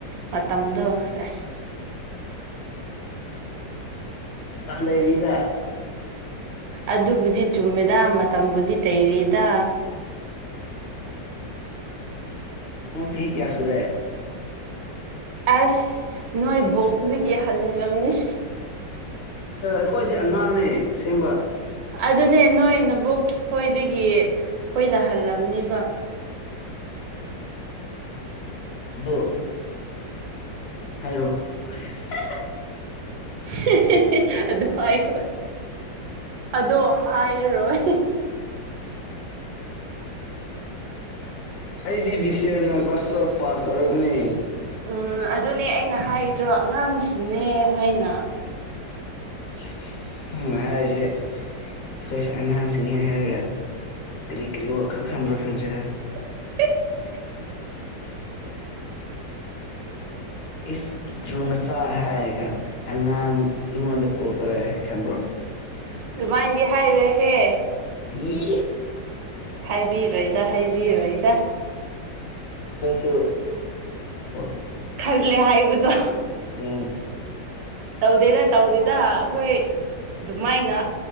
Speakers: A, on the right; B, on the left.
A: ꯃꯇꯝꯗꯣ ꯁꯦꯁ
B: <inaudible> ꯃꯇꯝ ꯂꯩꯔꯤꯗ
A: ꯑꯗꯨꯕꯨꯗꯤ ꯆꯨꯝꯃꯦꯗ ꯃꯇꯝꯕꯨꯗꯤ ꯇꯩꯔꯤꯗ
B: <inaudible> ꯅꯪ ꯆꯍꯤ ꯀꯌꯥ ꯁꯨꯔꯦ
A: ꯑꯁ ꯅꯣꯏ ꯕꯣꯛꯇꯒꯤ ꯍꯜꯂꯝꯅꯤ
B: ꯑꯈꯣꯏꯗꯤ ꯑꯉꯥꯡꯅꯦ ꯑꯁꯦꯡꯕ
A: ꯑꯗꯨꯅꯦ ꯅꯣꯏꯅꯕꯣꯛ ꯈꯣꯏꯗꯒꯤ ꯑꯈꯣꯏꯅ ꯍꯜꯂꯝꯅꯤꯕ
B: ꯑꯗꯣ ꯍꯥꯏꯔꯣ <unintelligible>
A: ꯍꯦ ꯍꯦꯍꯦ ꯑꯗꯨ ꯍꯥꯏꯔꯣ ꯑꯗꯣ ꯍꯥꯏꯔꯔꯣꯏ
B: ꯑꯩꯗꯤ ꯕꯤꯁꯦꯝꯅ ꯀ꯭ꯂꯥꯁ ꯇꯨꯋꯦꯞ ꯄꯥꯁ ꯇꯧꯔꯛꯄꯅꯦ
A: ꯎꯝ ꯑꯗꯨꯅꯦ ꯑꯩꯅ ꯍꯥꯏꯗ꯭ꯔꯣ ꯑꯉꯥꯡꯁꯤꯡꯅꯦ ꯍꯥꯏꯅ
B: ꯏꯁ ꯏꯁ ꯅꯪꯅ ꯍꯥꯏꯔꯤꯁꯦ ꯑꯩꯈꯣꯏꯁꯦ ꯑꯉꯥꯡꯁꯤꯡꯅꯦ ꯍꯥꯏꯔꯒ ꯀꯔꯤ ꯀꯔꯤ ꯋꯥꯈꯜ ꯈꯟꯕ꯭ꯔ ꯈꯪꯗꯦꯗ
A: <unintelligible>
B: ꯏꯁ ꯄꯤꯇ꯭ꯔꯨ ꯃꯆꯥ ꯍꯥꯏꯔꯒ ꯑꯉꯥꯡ ꯑꯩꯉꯣꯟꯗ ꯀꯣꯜꯇꯧꯔꯦ ꯍꯥꯏ ꯈꯟꯕ꯭ꯔꯣ
A: ꯑꯗꯨꯃꯥꯏꯗꯤ ꯍꯥꯏꯔꯣꯏꯍꯦ
B: ꯌꯤ
A: ꯍꯥꯏꯕꯤꯔꯣꯏꯗ ꯍꯥꯏꯕꯤꯔꯣꯏꯗ
B: <unintelligible>
A: ꯈꯜꯂꯦ ꯍꯥꯏꯕꯗꯣ
B: ꯎꯝ
A: ꯇꯧꯗꯦꯗ ꯇꯧꯗꯦꯗ ꯑꯈꯣꯏ ꯑꯗꯨꯃꯥꯏꯅ